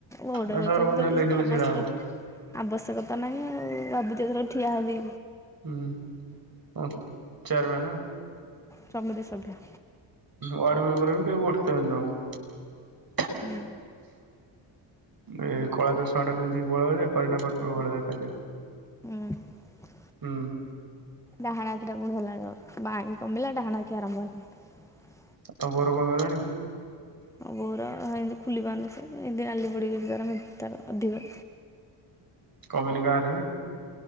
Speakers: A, in the centre; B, on the right.
A: ଭୋଟ
B: ନା
A: ପରିଚୟ
B: ସରପଞ୍ଚ
A: ପତ୍ର
B: ଇଲେକ୍ସନ
A: କିଛି
B: ରେ
A: ଆବଶ୍ୟକ
B: ଛିଡା ହବ
A: ଆବଶ୍ୟକତା ନାହିଁ ଆଉ। ଭାବୁଚି ଏଥର ଠିଆ ହେବି।
B: ହୁଁ ଓ ଚେୟାର ମ୍ୟାନ?
A: ସମିତିସଭ୍ୟ।
B: ୱାର୍ଡ ମେମ୍ବରରେ କେହି ଭୋଟ ଦେବେନି ତମକୁ।
A: ହୁଁ।
B: ଏଇ କଳା ଚଷମା ଟା ପିନ୍ଧିକି ପଳେଇବ ଯେ କରିନା କପୁର ଭଳିଆ ଦେଖାଯିବ।
A: ହୁଁ।
B: ହୁଁ।
A: ଡାହାଣା ଆଖିଟା ପୁଣି ହେଲାଣି ମୋର ବା ଆଖି କମିଲା ଡାହାଣା ଆଖି ଆରମ୍ଭ ହେଲାଣି।
B: ଆଉ ତମ ବୋଉର କମିଗଲାଣି?
A: ମୋ ବୋଉର ହେନ୍ତି ଖୋଲିପାରୁନି ସେ ଏମତି ନାଲି ପଡିଛି ତାର ତାର ଅଧିକ।
B: କମିନି କାହାର ବି?